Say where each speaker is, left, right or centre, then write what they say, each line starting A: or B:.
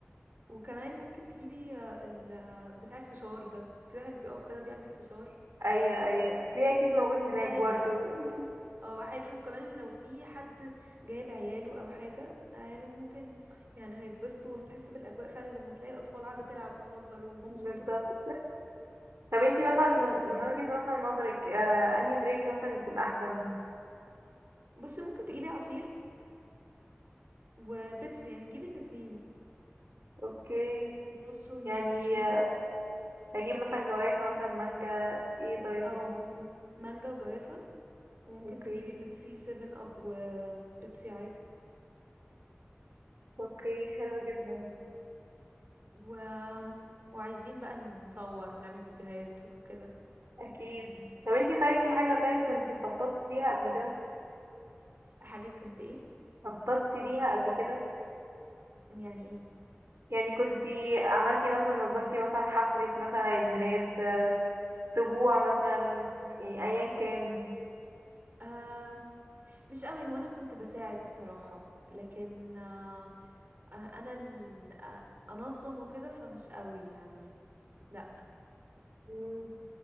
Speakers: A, on the right (about 45°); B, on the right (about 75°).
A: وكمان ممكن تجيبي آه، ال... آه، بتاع الفشار ده في واحد بيقف كده بيعمل فشار
B: ايوه ايوه هتلاقيه اكيد موجود هناك
A: ده
B: برضو
A: هيبقى اه حلو وكمان لو في حد جايب عياله او حاجه عياله ممكن يعني هيتبسطوا وهتحس بالاجواء فعلا لما تلاقي الاطفال قاعده تلعب وتهزر ومبسوطه
B: <laughs> بالظبط طب انتي مثلا من وجهة مثلا نظرك آه انهي درينك مثلا يكون احسن
A: بصي ممكن تجيبي عصير وبيبسي يعني تجيبي الاتنين
B: اوكي
A: نص ونص
B: يعني
A: تشكيلة
B: آه،
A: كده
B: اجيب مثلا جوافة مثلا مانجا ايه طيب
A: او م- مانجا وجوافة وممكن
B: اوكي
A: تجيبي بيبسي 7 اب وبيبسي عادي
B: اوكي حلو جدا
A: و... وعايزين بقى نصور ونعمل فيديوهات وكده
B: اكيد طب انتي طيب في حاجة طيب كنتي خططتي ليها قبل كده
A: حاجة كنت ايه
B: خططتي ليها قبل كده
A: يعني ايه
B: يعني كنتي عملتي مثلا نظمتي مثلا حفلة مثلا عيد ميلاد آه، اسبوع مثلا يعني ايا كان
A: آه مش قوي هو انا كنت بساعد بصراحة لكن آه آه، انا ال... آه، انظم وكده فمش قوي يعني لا
B: مم.